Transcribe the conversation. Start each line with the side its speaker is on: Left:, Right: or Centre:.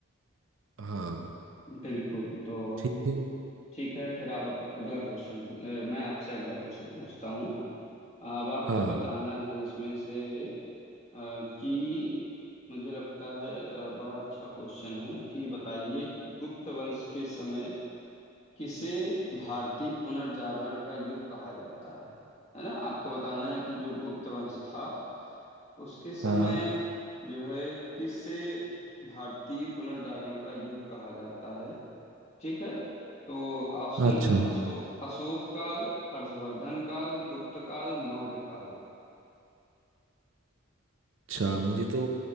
Right: हाँ
Left: बिल्कुल तो
Right: ठीक है
Left: ठीक है फिर आप अप, अगला क्वेश्चन अ, मैं आपसे अगला क्वेश्चन पूछता हूँ अब आपको
Right: हाँ
Left: बताना है इसमें से अ, कि मुझे लगता है अ, बड़ा अच्छा क्वेश्चन है कि बताइए गुप्त वंश के समय किसे भारतीय पुनर्जागरण का युग कहा जाता है है ना आपको बताना है कि जो गुप्त वंश था उसके समय
Right: हाँ हाँ
Left: जो है किसे भारतीय पुनर्जागरण का युग कहा जाता है ठीक है तो ऑप्शन
Right: अच्छा
Left: है अशो, अशोक काल हर्षवर्धन काल गुप्त काल मौर्य काल
Right: अच्छा मुझे तो